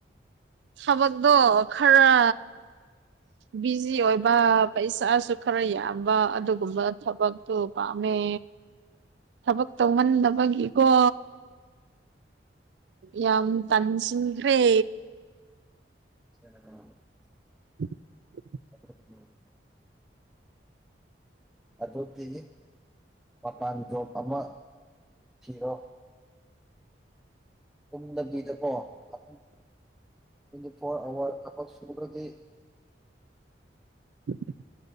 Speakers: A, on the right; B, in the centre.
A: ꯊꯕꯛꯇꯣ ꯈꯔ ꯕꯤꯖꯤ ꯑꯣꯏꯕ ꯄꯩꯁꯥꯁꯨ ꯈꯔ ꯌꯥꯝꯕ ꯑꯗꯨꯒꯨꯝꯕ ꯊꯕꯛꯇꯨ ꯄꯥꯝꯃꯦ ꯊꯕꯛ ꯇꯧꯃꯟꯕꯒꯤꯀꯣ ꯌꯥꯝ ꯇꯟꯁꯤꯈ꯭ꯔꯦ
B: ꯁꯔ ꯀ
A: <unintelligible>
B: ꯑ ꯑꯗꯨꯗꯤ ꯃꯄꯥꯟꯖꯣ ꯑꯃ ꯔꯣ ꯇꯗꯕꯤꯗꯀꯣ꯭ꯋꯤ ꯐꯣꯔ ꯑꯋꯥꯔ ꯊ ꯁꯕ꯭ꯔꯗꯤ
A: <unintelligible>